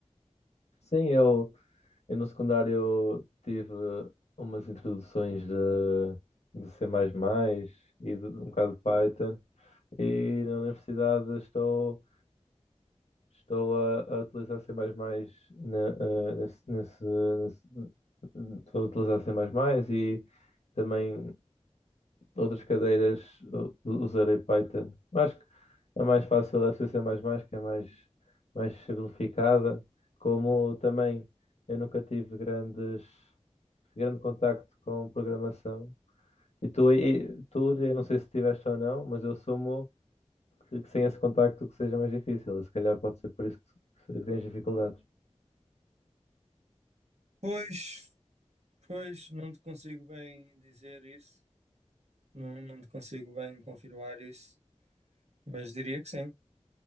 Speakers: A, on the left (about 70°); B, on the right (about 70°).
A: Sim, eu, eu no secundário tive umas introduções de, de C++ e de, um bocado de Python e na universidade estou, estou a, a utilizar C++ na, eh, nesse, nesse, nesse- estou a utilizar C++ e também outras cadeiras u- usarei Python. Acho que a mais fácil é C++, C mais mais, que é mais, mais simplificada. Como também eu nunca tive grandes, grande contacto com programação. E tu, e, tu, eu não sei se tiveste ou não, mas eu assumo que, que sem esse contacto que seja mais difícil. Se calhar pode ser por isso que, que tens dificuldades.
B: Pois, pois, não te consigo bem dizer isso, não, não te consigo bem confirmar isso, mas diria que sim,